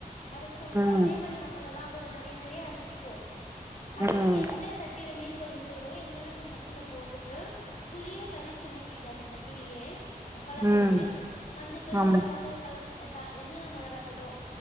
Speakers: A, on the left; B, on the right.
A: அரச்சோம்ல
B: ம்,
A: அதே மாரி மசாலா தா கொஞ்சொ நெறைய நெறைய அரிச்சிப்போம் அரிச்சி
B: ம்,
A: எந்த சட் டில மீன் கொழம்பு செய்ரமோ இல்லனா இந்த சட்டில போட்டுட்டு புளியு கரிச்சி ஊத்திட்டு அந்த சட் டிலயே மசாலா
B: ம்.
A: கூடவே மஞ்சத்தூள்
B: ஆமா.
A: மொளகாத்தூள் களம் அதா என்னென்ன மொளகாத்தூளோ